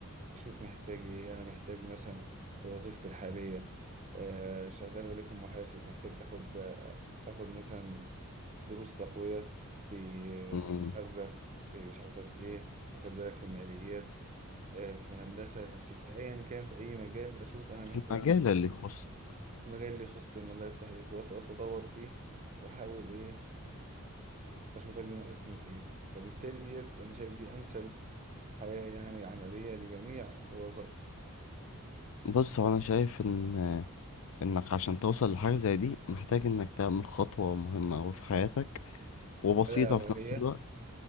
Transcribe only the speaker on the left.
مم.
المجال
اللي يخص
بص هو انا شايف ان انك عشان توصل لحاجة زي دي محتاج انك تعمل خطوة مهمة أوي في حياتك وبسيطة
في نفس الوقت